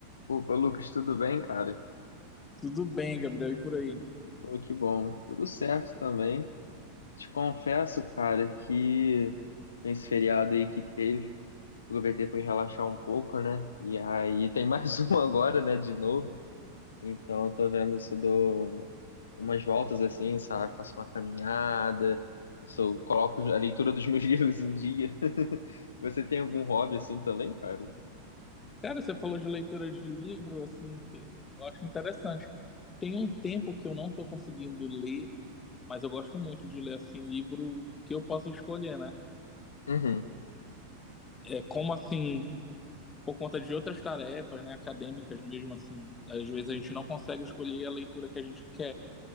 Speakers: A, on the left; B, on the left.
A: Opa, Lucas, tudo bem, cara?
B: Tudo bem, Gabriel, e por aí?
A: Pô, que bom. Tudo certo também. Te confesso, cara, que esse feriado aí que teve, aproveitei para relaxar um pouco, né? E aí tem mais <laughs> um agora, né, de novo. Então, eu tô vendo se eu dou umas voltas assim, sabe? Faço uma caminhada, se eu coloco a leitura dos meus <laughs> livros em dia. <laughs> Você tem algum hobby assim também, cara?
B: Cara, você falou de leitura de livro, assim, que eu acho interessante. Tem um tempo que eu não estou conseguindo ler, mas eu gosto muito de ler, assim, livro que eu possa escolher, né?
A: Uhum.
B: É, como, assim, por conta de outras tarefas, né, acadêmicas mesmo, assim, às vezes a gente não consegue escolher a leitura que a gente quer,